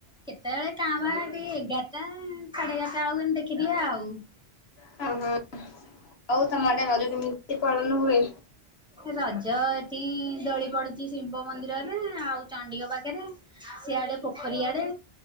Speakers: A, in the centre; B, on the left.
A: କେତେବେଳେ କାଁ ଭା ଟିକେ ଏଗାରଟା ସାଢ଼େ ଏଗାରଟା ବେଳକୁ ଏମତି ଦେଖିଦିଏ ଆଉ।
B: ହ ହଁ ଆଉ ତମ ଆଡ଼େ ରଜ କେମିତି ପାଳନ ହୁଏ?
A: ରଜ ଏଠି ଦୋଳି ପଡୁଛି ଶିବ ମନ୍ଦିରରେ ଆଉ ଚଣ୍ଡିକ ପାଖରେ। ସିଆଡ଼େ ପୋଖରୀ ଆଡ଼େ